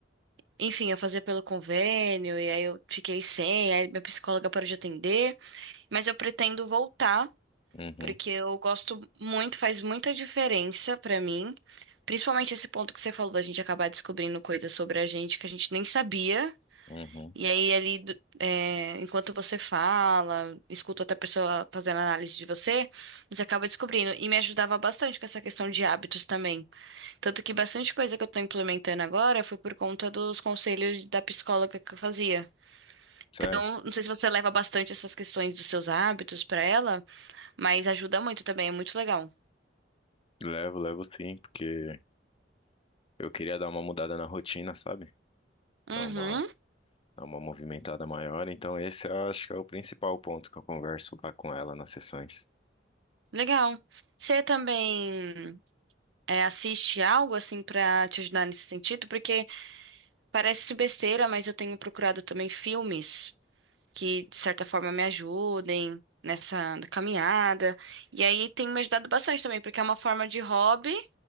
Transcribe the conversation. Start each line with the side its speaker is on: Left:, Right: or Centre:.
Right: enfim, eu fazia pelo convênio e aí eu fiquei sem, aí minha psicóloga parou de atender, mas eu pretendo voltar
Left: Uhum,
Right: porque eu gosto muito, faz muita diferença pra mim, principalmente esse ponto que você falou da gente acabar descobrindo coisas sobre a gente que a gente nem sabia.
Left: uhum.
Right: E aí, ali, do- é, enquanto você fala, escuta outra pessoa fazendo análise de você, você acaba descobrindo. E me ajudava bastante com essa questão de hábitos também. Tanto que bastante coisa que eu tô implementando agora foi por conta dos conselhos da psicóloga que eu fazia.
Left: Sério?
Right: Então, não sei se você leva bastante essas questões dos seus hábitos pra ela, mas ajuda muito também, é muito legal.
Left: Levo, levo sim, porque eu queria dar uma mudada na rotina, sabe? Dar
Right: Uhum,
Left: uma, dar uma movimentada maior. Então, esse eu acho que é o principal ponto que eu converso lá com ela nas sessões.
Right: legal. Você também é, assiste algo assim pra te ajudar nesse sentido? Porque parece besteira, mas eu tenho procurado também filmes que de certa forma me ajudem nessa caminhada. E aí tem me ajudado bastante também, porque é uma forma de hobby